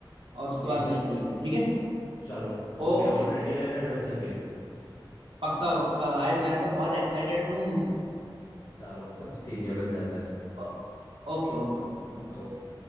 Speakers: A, on the right; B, on the left.
A: और उसके
B: ठीक
A: बाद
B: है
A: मिल के लेते हैं ठीक है
B: चलो ओके
A: ओके
B: और रेडी
A: भाई
B: रहना एडवेंचर के लिए
A: पक्का पक्का भाई मैं तो बहुत एक्साइटेड हूँ
B: चलो <laughs> ठीक है मिलते हैं फिर
A: ओ- ओके ओके भाई ओके
B: ओके